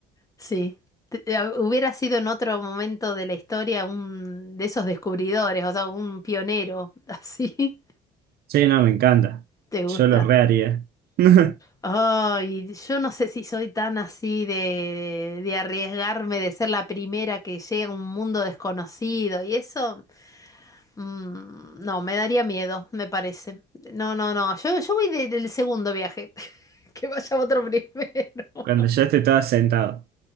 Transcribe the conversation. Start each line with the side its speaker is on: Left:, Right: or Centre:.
Left: Sí. Te- eh, Hubiera sido en otro momento de la historia un de esos descubridores, o sea, un pionero. <laughs> Así,
Right: Sí, no, me encanta.
Left: ¿te gusta?
Right: Yo lo reharía. <laughs>
Left: Ay, yo no sé si soy tan así de, de arriesgarme, de ser la primera que llega a un mundo desconocido y eso, mm, no, me daría miedo, me parece. No, no, no, yo, yo voy de- del segundo viaje, <laughs> que vaya otro primero.
Right: Cuando
Left: <laughs>
Right: ya esté todo sentado.